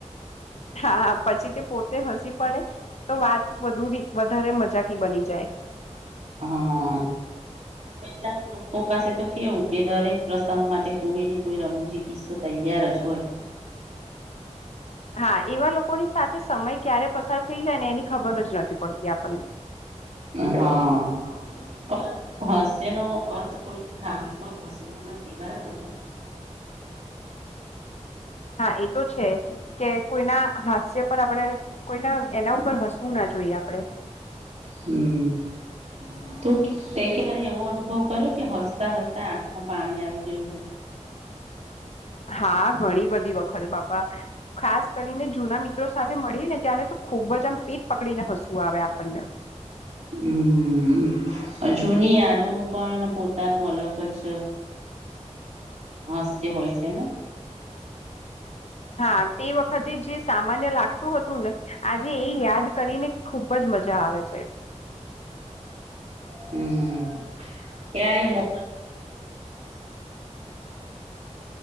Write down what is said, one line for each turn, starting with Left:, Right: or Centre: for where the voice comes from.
Left: હા પછી તે પોતે હસી પડે તો વાત વધુ વધારે મજાકી બની જાય.
Right: હા <unintelligible> કોક પાસે તો કેવું કે દરેક પ્રસંગમાં તે કોઈ ને કોઈ રમૂજી કિસ્સો તૈયાર જ હોય
Left: હા એવા લોકોની સાથે સમય ક્યારે પસાર થઈ જાય ને એની ખબર જ નથી પડતી આપણને
Right: હા. પરંતુ હાસ્ય અર્થ કોઈ ખામી પર હસવુ નથી બરાબર ને
Left: હા એ તો છે કે કોઈના હાસ્ય પર આપડે કોઈના એના ઉપર હસવું ના જોઈએ આપડે
Right: હમ્મ. તો તે ક્યારે એવો અનુભવ કર્યો કે હસતા હસતા આંખમાં પાણી આવી ગયું હોય
Left: હા ઘણી બધી વખત બાપા ખાસ કરીને જૂના મિત્રો સાથે મળી ને ત્યારે તો ખુબ જ આમ પેટ પકડી ને હસવું આવે આપણને
Right: હમ્મ જૂની યાદોનું પણ પોતાનું અલગ જ
Left: <inaudible>
Right: હાસ્ય હોય છે ને
Left: હા તે વખતે જે સામાન્ય લાગતું હતું ને આજે એ યાદ કરીને ખુબ જ મજા આવે છે.
Right: હમ્મ ત્યારે લો